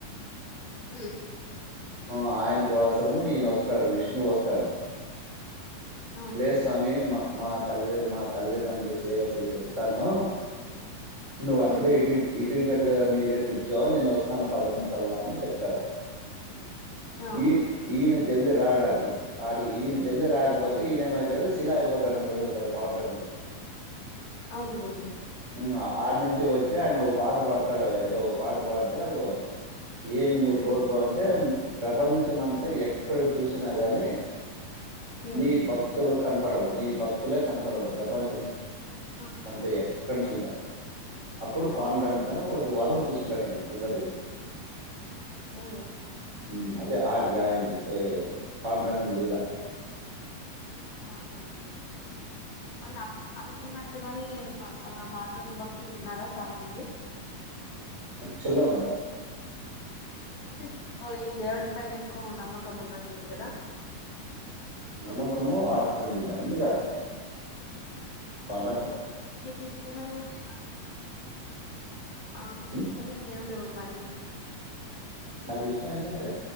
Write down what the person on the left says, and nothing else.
హ్మ్
అవునులేండి
ఉమ్
ఆ
అవును లేండి
ఉమ్
ఉమ్
అవును
ఉమ్
మ్మ్
అవునులెం డి మల్ల అనుకున్న అటుగానీ పాం ఆ పాండురంగ భక్తులు ఉన్నారా చాలా మంది?
అంటే ఎక్కువ ఈ దేవుడి పైన ఎక్కువ నమ్మకం ఉన్నట్టుంది కదా.
ఆ,
నీకిష్టమైన దేవ ఆ మీకిష్టమైన
దేవుడేవరు మరి